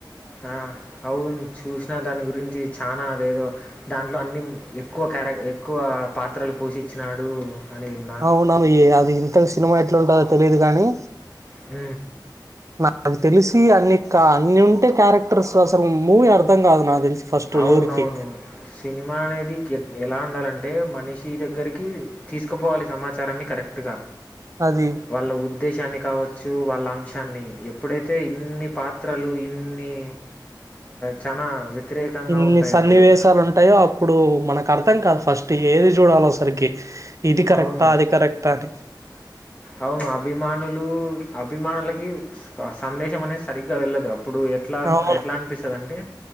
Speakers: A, on the left; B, on the right.
A: ఆ అవును చూసినా దాని గురించి చనా అదేదో దాంట్లో అన్నిీ ఎక్కువ క్యారెక్ ఎక్కువ పాత్రలు పోషించినాడు అని విన్నా
B: అవు నను అది సినిమా ఎట్లా ఉంటందో తెలియదు కాని
A: అ
B: నాకు తెలిసి అన్ని అన్ని ఉంటే క్యారెక్టర్స్ అసలు మూవీ అర్థం కాదు నాకు తెలిసి ఫస్ట్
A: అవునవును
B: ఎవరికి
A: సినిమా అనేది ఎలా ఉండాలండి అంటే మనిషి దగ్గరికి తీసుకుపోవాలి సమాచారాన్ని కరెక్ట్గా
B: అది
A: వాళ్ళ ఉద్దేశానికి కావచ్చు వాళ్ళ అంశాన్ని ఎప్పుడైతే ఇన్ని పాత్రలు ఇన్ని చాలా వ్యతిరేకంగా
B: ఇన్ని
A: ఉంటాయి
B: సన్నివేశాలు
A: అప్పుడు
B: ఉంటాయో అప్పుడు మనకు నా అర్థం కాదు ఫస్ట్ ఏది చూడలోసరికి ఇది కరెక్టా
A: అవును
B: అది కరెక్టా అది
A: అవును అభిమానులు అభిమానులకి సందేశం అనేది సరిగ్గా వెళ్ళదు అప్పుడు ఎట్లా
B: అవును
A: ఎట్లా అనిపిస్తుందింటే